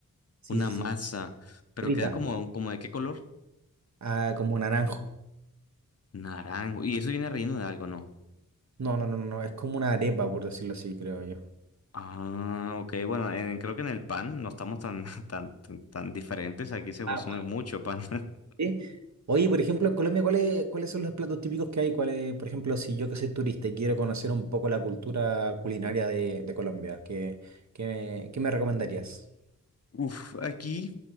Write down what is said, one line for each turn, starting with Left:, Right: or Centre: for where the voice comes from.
Right: Sí,
Left: una
Right: sí,
Left: masa,
Right: sí.
Left: pero
Right: Frita.
Left: queda como, como de qué color?
Right: Ah, como naranjo.
Left: Naranjo. Y eso viene relleno de algo, ¿no?
Right: No, no, no, no, no, es como una arepa, por decirlo así, creo yo.
Left: Ah, ok, bueno, en- creo que en el pan no estamos tan, <laughs> tan, tan, tan diferentes, aquí se consume
Right: Ah,
Left: mucho pan. <laughs>
Right: ¿Sí? Oye, por ejemplo, en Colombia, ¿cuáles, cuáles son los platos típicos que hay? ¿Cuáles, por ejemplo, si yo que soy turista y quiero conocer un poco la cultura culinaria de, de Colombia, ¿qué, qué, qué me recomendarías?
Left: Uf, aquí